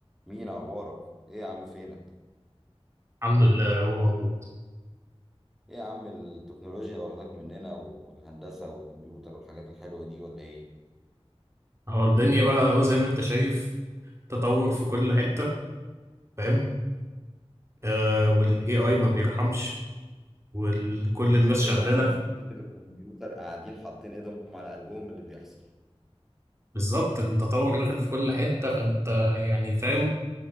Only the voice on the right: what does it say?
الحمد لله هو موجود
هو الدنيا بقى هو زي ما انت شايف تطور في كل حتة فاهم آه والاي اي ما بيرحمش وكل
الناس
شغالة
بالظبط التطور داخل في كل حتة فانت يعني فاهم